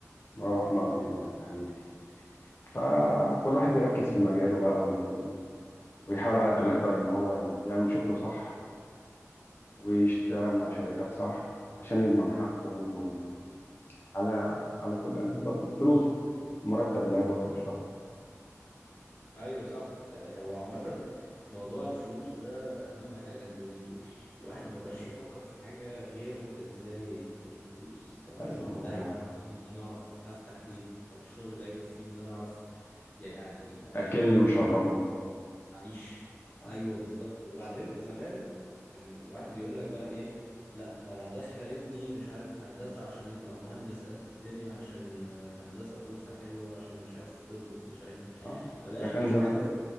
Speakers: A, on the left (about 45°); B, on the left (about 30°).
A: مروح مرضي الله يفتح عليك فكل
B: ايوه
A: واحد بيركز في مجاله بقى وي... ويحاول على قد ما يقدر ان هو يعمل شغل صح ويشتغل مع شركات صح عشان يضمن حقه ويضمن على على كل يعني يضمن فلوسه المرتب اللي هياخده اخر الشهر
B: ايوه صح لا هو عامة موضوع الفلوس ده اهم حاجة اليومين دول الواحد ما بقاش يفكر في حاجة غير ازاي اجيب فلوس طب الشغل
A: ايوه
B: ده
A: آه،
B: هيكفيني ان انا اعرف افتح بيت طب الشغل ده يكفيني ان انا اعرف يعني آه،
A: اكلني وشربني
B: اعيش
A: اه
B: ايوه بالظبط وبعدين زمان كان الواحد يقول لك بقى ايه لا انا هدخل ابني مش عارف هندسه عشان يطلع مهندس قد الدنيا عشان آه، هندسه فلوسها حلوه عشان مش عارف طب فلوسه حلوه
A: اه
B: ما بقاش
A: ده كان
B: في
A: زمان
B: حاجه